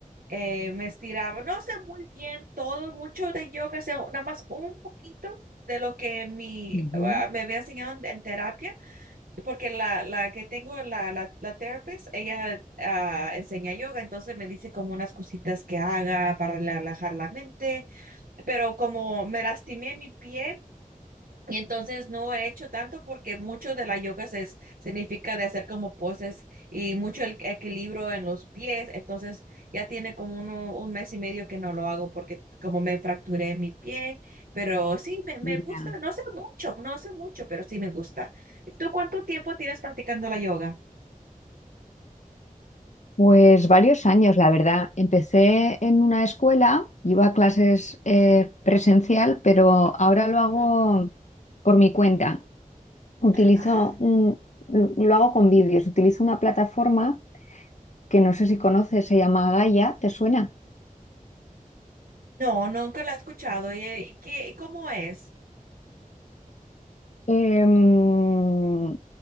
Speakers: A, on the right (about 80°); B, on the left (about 55°).
A: eh, me estiraba, no sé muy bien todo, mucho de yoga, sé nada más un poquito de lo que mi,
B: Ujú.
A: ah, me había enseñado en, en terapia, porque la, la que tengo, la, la, la therapist, ella ah, enseña yoga, entonces me dice como unas cositas que haga para relajar la mente pero como me lastimé mi pie y entonces no he hecho tanto porque mucho de la yoga se, es- significa de hacer como poses y mucho el equilibrio en los pies. Entonces ya tiene como uno, un mes y medio que no lo hago porque como me fracturé mi pie, pero sí, me, me
B: Ujú.
A: gusta,
B: Ya.
A: no sé mucho, no sé mucho, pero sí me gusta. ¿Tú cuánto tiempo tienes practicando la yoga?
B: Pues varios años, la verdad. Empecé en una escuela, iba a clases eh, presencial, pero ahora lo hago por mi cuenta. Utilizo
A: Ah,
B: un, lo hago con vídeos, utilizo una plataforma que no sé si conoces, se llama Gaia, ¿te suena?
A: no, nunca la he escuchado. ¿Y, y qué, cómo es?
B: Em,